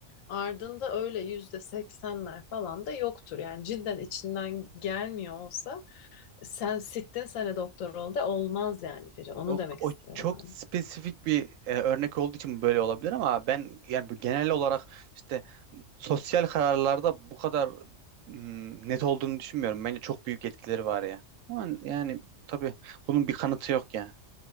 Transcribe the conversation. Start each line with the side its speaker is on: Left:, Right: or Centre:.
Left: ardında öyle yüzde seksenler falan da yoktur. Yani cidden içinden gelmiyor olsa sen sittin sene doktor ol de olmaz yani biri. Onu
Right: Yok,
Left: demek
Right: o
Left: istiyorum
Right: o çok
Left: ben.
Right: spesifik bir e, örnek olduğu için böyle olabilir ama ben yani bu genel olarak işte sosyal kararlarda bu kadar mm, net olduğunu düşünmüyorum. Bence çok büyük etkileri var ya. Ama yani tabii bunun bir kanıtı yok yani.